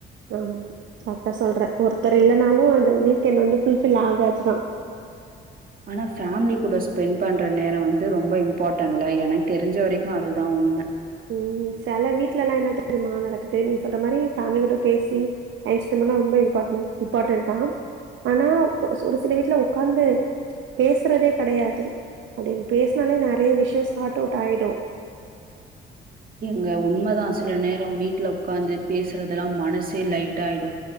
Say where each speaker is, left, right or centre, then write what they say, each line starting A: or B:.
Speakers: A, on the right (about 75°); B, on the right (about 45°).
A: ஆமா கரட்டா சொல்ற ஒருத்தர் இல்லனாலு அந்த வீக்கெண்ட் வந்து ஃபுல் ஃபில் ஆகாது தா
B: ஆனா ஃபேம்லி கூட ஸ்பெண் பண்ற நேரோ வந்து ரொம்ப இம்பாட்டன்ல எனக் தெரிஞ்ச வரைக்கு அதுதா உண்ம
A: ம் செல வீட்ல லா என்ன தெரிய்மா நடக்குது நீ சொல்ற மாரி ஃபேமிலி கூட பேசி டைம் ஸ்பெண்ட் பண்ணா ரொம்ப இம்பாட்மன்ட் இம்பாட்டன்ட் தா ஆனா ஒரு சு ஒரு சில வீட்ல உக்காந்து பேசுறதே கெடையாது அப்டின் பேசுனாலே நெறைய விஷ்யோ சாட் அவுட் ஆயிடு
B: ஏங்க உண்மதா சில நேரோ வீட்ல உக்காந்து பேசுறதெல்ல மனசே லைட்டா ஆய்டு